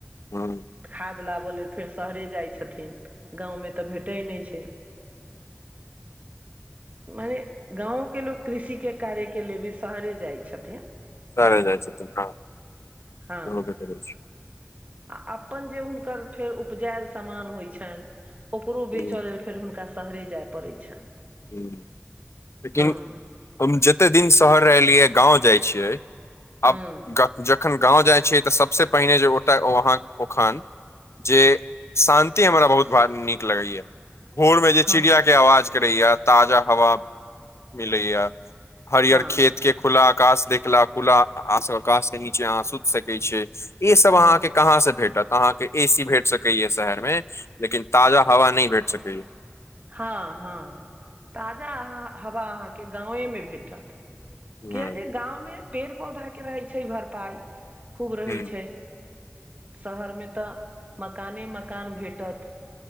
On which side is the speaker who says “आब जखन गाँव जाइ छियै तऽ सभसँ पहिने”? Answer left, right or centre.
Left